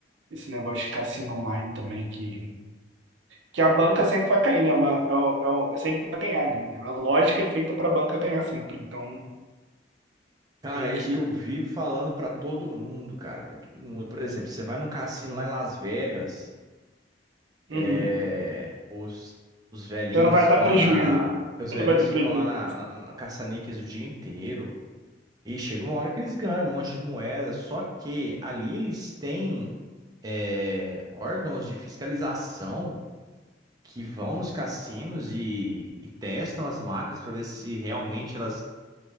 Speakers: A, on the right; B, on the right.
A: esse negócio de cassino online também, que, que a banca sempre vai cair, né? É Uma, é, o- é, o- é sempre vai ganhar, né? A lógica é feita para a banca ganhar sempre. Então,
B: Cara,
A: meio
B: é
A: que.
B: isso que eu vivo falando pra todo mundo, cara, Pra todo mundo. Por exemplo, você vai num cassino lá em Las Vegas,
A: Uhum.
B: é, os, os velhinhos
A: Você não vai
B: ficam
A: dar prejuízo.
B: lá na,
A: Você
B: os velhinhos
A: não vai dar
B: ficam
A: prejuízo.
B: lá na, na, na caça-níqueis o dia inteiro e chega uma hora que eles ganham um monte de moeda, só que ali eles têm é, órgãos de fiscalização que vão nos cassinos e, e testam as máquinas para ver se realmente elas,